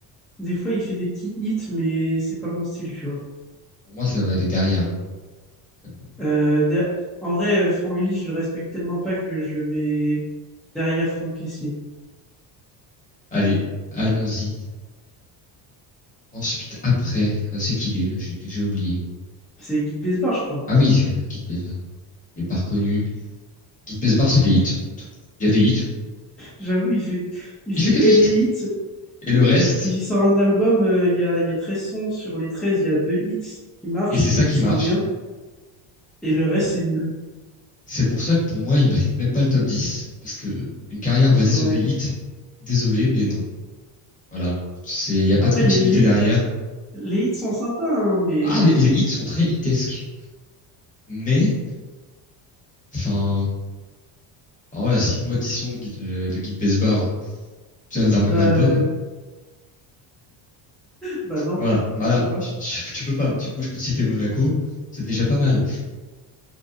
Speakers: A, in the centre; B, on the left (about 15°).
A: Des fois, il fait des petits hits, mais c'est pas mon style, tu vois.
B: pour moi, ça va aller derrière. Hein. quand même.
A: Euh, der- En vrai, euh, Franck Lee, je le respecte tellement pas que je le mets derrière Franck Caissier.
B: Allez, allons-y. Ensuite, après, euh, c'est qui déjà J'ai j'ai oublié.
A: C'est Guy Besbar, je crois.
B: Ah oui, <laughs> Guide Besbar. Je l'ai pas reconnu. Guide Besbar, c'est des hits. Il y a des hits.
A: J'avoue, il fait, il
B: Il
A: fait
B: fait que
A: que
B: des hits.
A: des hits.
B: Et le reste,
A: Il sort un album, euh, il y a, il y a 13 sons. Sur les 13, il y a deux hits qui marchent
B: et c'est ça
A: et qui
B: qui
A: sont
B: marche.
A: bien. Et le reste, c'est nul.
B: C'est pour ça que pour moi, il mérite même pas le top 10. Parce que une carrière basée
A: Ouais.
B: sur des hits, désolé, mais non. Voilà. C'est, il n'y a pas
A: Après,
B: de continuité
A: les, les,
B: derrière.
A: les hits sont sympas, hein, mais
B: Ah, les, les hits sont très hitesques. Mais, enfin, oh, voilà, cite-moi 10 sons de, Guy- euh, de Guy de Besbar d'un
A: bah,
B: même album.
A: euh, bah non,
B: Voilà, voilà,
A: je peux pas.
B: tu, tu, tu peux pas. Tu- moi, je peux te citer Monaco, c'est déjà pas mal.